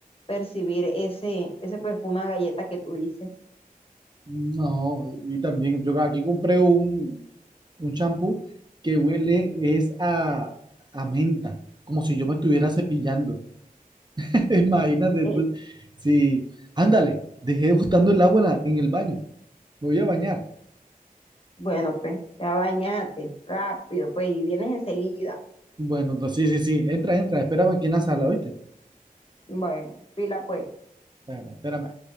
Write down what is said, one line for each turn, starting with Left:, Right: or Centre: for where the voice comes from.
Left: percibir ese, ese perfume a galleta que tú dices.
Right: No, y también yo aquí compré un, un champú que huele es a, a menta, como si yo me estuviera cepillando. <laughs> Imagínate
Left: Eh,
Right: tú. Sí, ándale, dejé botando el agua en, la- en el baño. Me voy a bañar.
Left: bueno, pues, ya bañate, rápido, pues, y vienes enseguida.
Right: Bueno, no, sí, sí, sí. Entra, entra, espérame aquí en la sala, ¿oíste?
Left: Bueno, pila pues.
Right: Bueno, espérame.